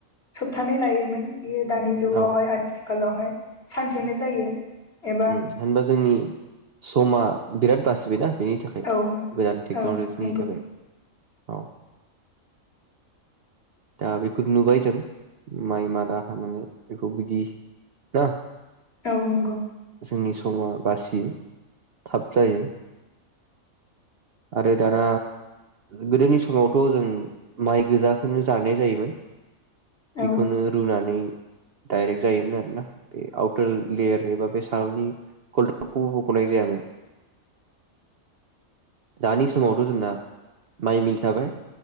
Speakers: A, on the left; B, on the right.
A: सप्थानै लायोमोन। बियो दानि जुगयाव
B: औ
A: हाय <unintelligible> खालावहाय सानसेनो जायो। एबा
B: उम होनबा जोंनि समा बिराट बासिबाय ना बेनि थाखाय
A: औ
B: गोदान टेक्टरनि
A: औ नंगौ
B: थाखाय औ दा बेखौ नुबाय जों माइ मादा हानानै बेखौ बिदि ना
A: औ नंगौ
B: जोंनि समा बासियो थाब जायो। आरो दाना गोदोनि समावथ' जों माइ गोजाखौनो जानाय जायोमोन। बेखौनो
A: औ
B: रुनानै डायरेक्ट जायोमोन आरोना बे आउटार लेयार एबा बे सानि कलटाखौबो बखनाय जायामोन। दानि समावथ' जोंना माइ मिल थाबाय